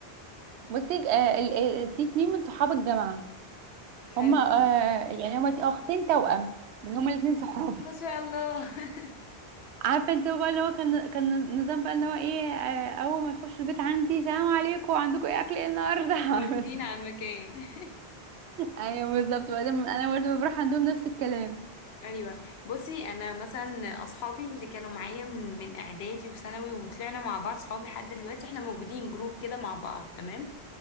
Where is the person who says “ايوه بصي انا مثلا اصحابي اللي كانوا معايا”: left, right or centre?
Left